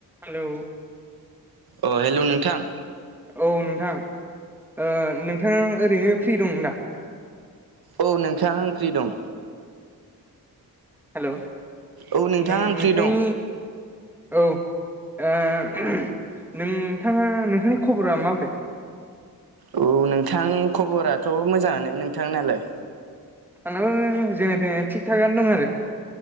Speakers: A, in the centre; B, on the right.
A: हेल'
B: अ हेल' नोंथां।
A: औ नोंथां ओ नोंथाङा ओरैनो फ्रि दं दा?
B: औ नोंथां आं फ्रि दं।
A: हेल'
B: औ नोंथां
A: नों
B: आं फ्रि
A: नोंथांनि
B: दं
A: औ ओ नोंथाङा नोंथांनि खबरा माब्रै?
B: औ नोंथां खबराथ' मोजाङानो। नोंथांनालाय?
A: आंनाबो जेने थेने थिग थाक आनो दं आरो।